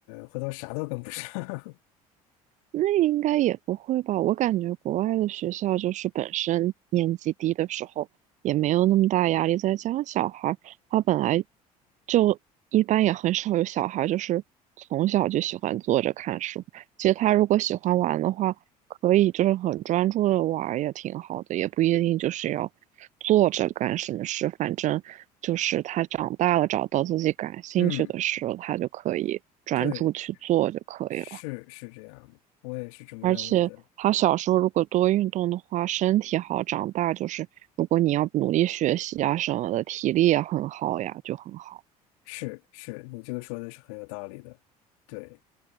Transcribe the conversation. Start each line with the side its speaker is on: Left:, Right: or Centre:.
Left: 回头啥都跟不上。
Right: 那应该也不会吧？我感觉国外的学校就是本身年级低的时候也没有那么大压力，再加上小孩儿他本来就一般也很少有小孩儿就是从小就喜欢坐着看书。其实他如果喜欢玩的话，可以就是很专注的玩儿也挺好的，也不一定就是要坐着干什么事。反正就是他长大了找到自己感兴趣的事了，
Left: <laughs> 嗯，
Right: 他就可以专注去做就可以了。
Left: 对，是是这样的，我也是这么认为的。
Right: 而且他小时候如果多运动的话，身体好，长大就是如果你要努力学习啊什么的，体力也很好呀，就很好。
Left: 是是，你这个说的是很有道理的。对。